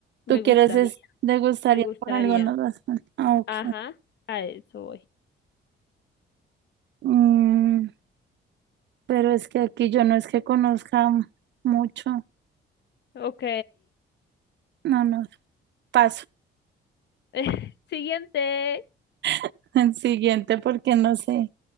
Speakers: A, on the left (about 60°); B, on the right (about 65°).
A: me
B: Tú
A: gustaría,
B: quieres es degustaría
A: me gustaría.
B: por alguna razón. Ah, ok.
A: Ajá, a eso voy.
B: Mm, pero es que aquí yo no es que conozca mucho.
A: Ok.
B: No, no. Paso.
A: <laughs> Siguiente,
B: <laughs> El siguiente porque no sé.